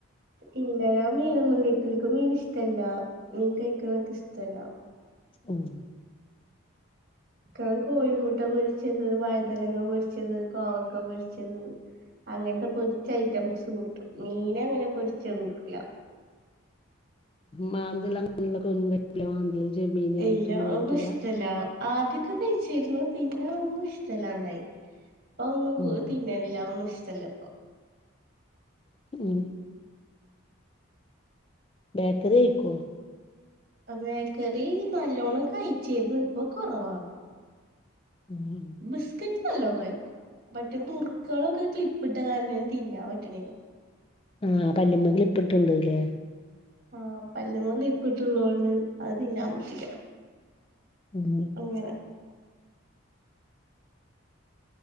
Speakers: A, on the right; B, on the left.
A: ഇല്ല ഞാൻ മീനൊന്നും കഴിക്കല്ല എനിക്ക് മീൻ ഇഷ്ടമല്ല. മീൻ കഴിക്കണ എനിക്ക് ഇഷ്ടമല്ല.
B: ഉം.
A: ഞാൻ കോഴിമുട്ട പൊരിച്ചത് വഴതലങ്ങ പൊരിച്ചത് കോവക്ക പൊരിച്ചത്. അങ്ങനത്തെ പൊരിച്ച് ഐറ്റംസ് കൂട്ടും. മീന അങ്ങനെ പൊരിച്ച് കൂട്ടില്ല
B: മാന്തള് അങ്ങനൊള്ളെക്കെ ഒന്നും കഴിക്കുല മാന്തള് ചെമ്മീന് അങ്ങനത്തൊന്നും
A: ഇല്ല അതൊന്നും
B: കഴിക്കൂല
A: ഇഷ്ടല്ല. ആദ്യൊക്കെ കഴിച്ചിരുന്നു പിന്നെ ഒന്നും ഇഷ്ടല്ലാണ്ടായി അപ്പ ഒന്നും
B: ഉം
A: തിന്ന ഇല്ല ഒന്നും ഇഷ്ടല്ല ഇപ്പൊ
B: ഉം ബേക്കറി കഴിക്കോ
A: ബേക്കറി നല്ലോണ്ണം കഴിച്ചിരുന്നു ഇപ്പൊ കുറവാ.
B: ഉം
A: ബിസ്കറ്റ് നല്ലോ കഴിക്കും. മറ്റേ നുർക്ക്കളൊക്കെ ക്ലിപ്പിട്ട കാരണേ തിന്നാൻ പറ്റണില്ല.
B: ആഹ് പല്ല്മ്മേ ക്ലിപ്പ് ഇപ്പിട്ടുണ്ട്ല്ലേ.
A: ആഹ് പല്ല്മ്മേ ക്ലിപ്പ് ഇട്ട്ള്ളോണ്ട് അത് തിന്നാൻ പറ്റില്ല.
B: ഉം
A: അങ്ങനെ